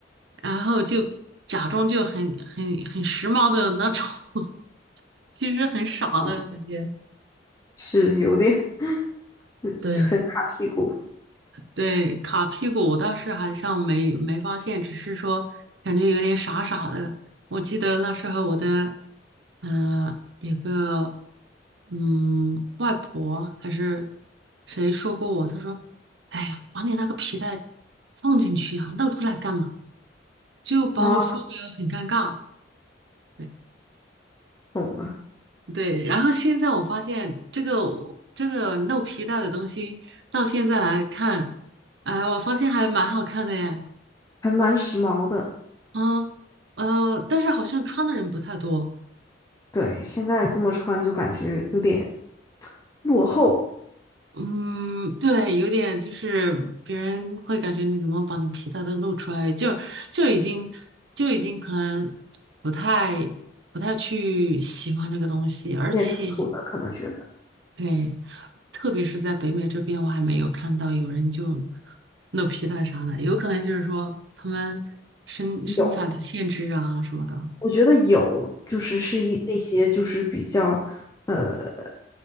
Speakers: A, on the right; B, on the left.
A: 然后就假装就很很很时髦的那种，<laughs> 其实很傻的感觉。
B: 啊是有点嗯很卡屁股
A: 对，对，卡屁股我倒是好像没没发现，只是说感觉有点傻傻的。我记得那时候我的，嗯，有个嗯外婆还是谁说过我，她说：“哎呀，把你那个皮带放进去呀，露出来干嘛？”就把我说的很尴尬。
B: 啊，
A: 对
B: 懂了，
A: 对，然后现在我发现这个这个露皮带的东西，到现在来看，哎，我发现还蛮好看的耶。
B: 还蛮时髦的。
A: 嗯，呃，但是好像穿的人不太多。
B: 对，现在这么穿就感觉有点落后，
A: 嗯，对，有点就是别人会感觉你怎么把你皮带都露出来，就就已经就已经可能不太不太去喜欢这个东西，而且
B: 有点土土的，可能觉得
A: 对，特别是在北美这边，我还没有看到有人就露皮带啥的，有可能就是说他们身身材的限制啊什么的。
B: 有，我觉得有，就是是一那些就是比较呃呃